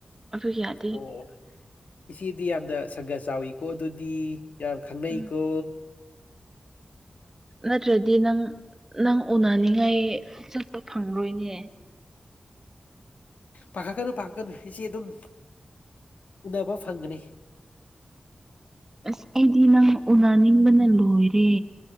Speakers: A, on the right; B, on the left.
A: ꯑꯗꯨ ꯌꯥꯏ
B: ꯑꯣ ꯏꯆꯦꯗꯤ ꯌꯥꯝꯅ ꯁꯪꯒ ꯆꯥꯎꯋꯤꯀꯣ ꯑꯗꯨꯗꯤ ꯌꯥꯝ ꯈꯪꯅꯩꯀꯣ
A: ꯎꯝ ꯅꯠꯇ꯭ꯔꯗꯤ ꯅꯪ ꯅꯪ ꯎꯅꯅꯤꯡꯉꯥꯏ ꯆꯠꯄ ꯐꯪꯉꫭꯏꯅꯦ
B: ꯄꯥꯈꯠꯀꯅꯨ ꯄꯥꯈꯠꯀꯅꯨ ꯏꯆꯦꯗꯨꯝ ꯎꯅꯕ ꯐꯪꯒꯅꯤ
A: ꯑꯁ ꯑꯩꯗꯤ ꯅꯪ ꯎꯅꯅꯤꯡꯕꯅ ꯂꯣꯏꯔꯦ